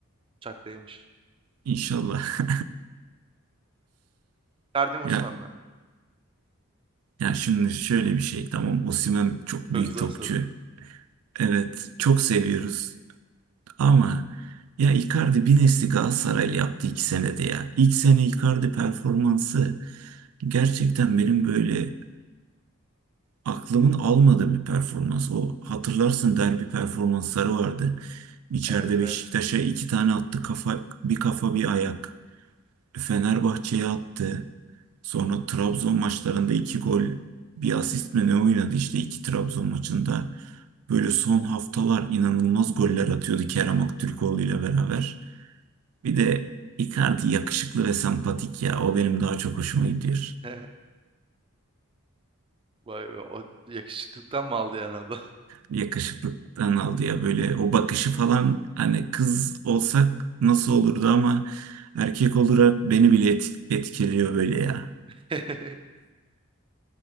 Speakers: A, on the right; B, on the right.
A: Uçaktaymış.
B: İnşallah.
A: Ferdi mi
B: Ya
A: Osimhen mi?
B: ya şimdi şöyle bir şey tamam Osimhen çok büyük
A: Çok zor
B: topçu.
A: soru.
B: Evet çok seviyoruz ama ya Icardi bir nesli Galatasaraylı yaptı iki senede ya. İlk sene Icardi performansı gerçekten benim böyle aklımın almadığı bir performans. O hatırlarsın derbi performansları vardı. İçeride
A: Evet
B: Beşiktaş'a
A: evet.
B: iki tane attı kafa bir kafa bir ayak. Fenerbahçe'ye attı. Sonra Trabzon maçlarında iki gol, bir asist mi ne oynadı işte iki Trabzon maçında. Böyle son haftalar inanılmaz goller atıyordu Kerem Aktürkoğlu ile beraber. Bir de Icardi yakışıklı ve sempatik ya. O benim daha çok hoşuma gidiyor.
A: <laughs> Vay be o yakışıklıktan mı aldı yani adam?
B: Yakışıklıktan aldı ya böyle o bakışı falan hani kız olsak nasıl olurdu ama erkek olarak beni bile et- etkiliyor böyle ya.
A: <laughs>